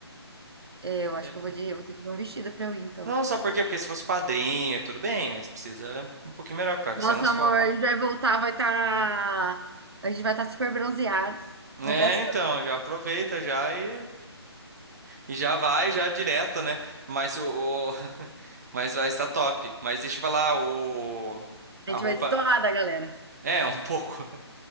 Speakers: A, on the right (about 65°); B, on the right (about 40°).
A: É, eu acho
B: É.
A: que eu vou de, eu vou ter que ver um vestido pra eu ir então.
B: Não, sabe por quê? Porque se fosse padrinho, tudo bem. Aí precisa um pouquinho melhor, porque
A: Nossa,
B: sai nas
A: amor,
B: fotos.
A: a gente vai voltar, vai estar, a gente vai estar super bronzeados,
B: É,
A: vai estar estourado.
B: então, já aproveita já e, e já vai já direto, né? Mas o, o- <laughs> mas vai estar top. Mas deixa eu falar, o a
A: A gente
B: roupa
A: vai estourada, galera.
B: é um pouco, <laughs>